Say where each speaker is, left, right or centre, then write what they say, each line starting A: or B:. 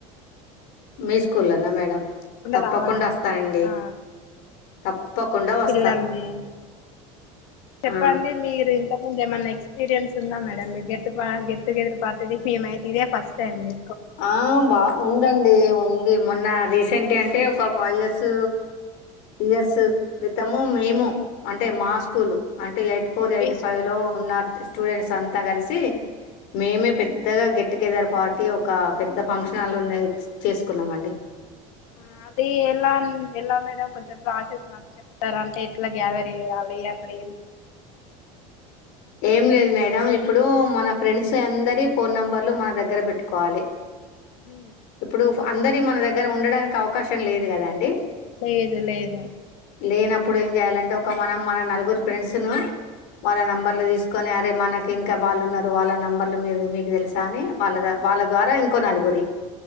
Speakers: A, on the left; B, on the left.
A: మీ స్కూల్లోనా మేడం తప్పకుండా
B: రావాలండి
A: వస్తానండి
B: ఆ
A: తప్పకుండా వస్తా
B: పిల్లల్ని చెప్పండి
A: ఆ
B: మీరు ఇంత ముందేమన్నా ఎక్స్పీరియన్స్ ఉందా మేడమ్ మీ గెత్టు గెట్ టు గెదురు పార్టీది మేమైతే ఇదే ఫస్ట్ టైం మీ
A: ఆ బా ఉండంగా ఏమున్న ఇది మొన్న రీసెంట్గాగా అంటే ఒక ఫైవ్ ఇయర్స్ ఇయర్స్ క్రితము మేము అంటే మా స్కూలు అంటే ఎయిట్ ఫోర్ ఎయిట్
B: బీస్కూల్లో
A: ఫైవ్ లో ఉన్న స్టూడెంట్స్ అంతా కలిసి మేమే పెద్దగా గెట్ టు గెదర్ పార్టీ ఒక పెద్ద ఫంక్షన్లున్నాయి చేసుకున్నాం అండి
B: ఆ అది ఎలా ఎలా మేడ కొంచెం ప్ర్లాసెస్ మాకు చెప్తారు అంటే ఎట్లా గ్యాదర్ చే యాలి అక్కడ <inaudible>
A: ఏం లేదు మేడం ఇప్పుడు మన ఫ్రెండ్స్ అందరి ఫోన్ నెంబర్లు మన దగ్గర పెట్టుకోవాలి
B: హమ్
A: ఇప్పుడు అందరి మన దగ్గర ఉండడానికి అవకాశం లేదు కదా అండి
B: లేదు లేదు
A: లేనప్పుడు ఏం చేయాలంటే ఒక మనం మన నలుగురు ఫ్రెండ్స్ ను వాళ్ళ నెంబర్ కని అరే మనకి ఇంకా వాళ్ళున్నారు వాళ్ళ నంబర్లు మీ మీకు తెలుసా అని వాళ్ళ వాళ్ళ ద్వారా ఇంకో నలుగురు గ <inaudible>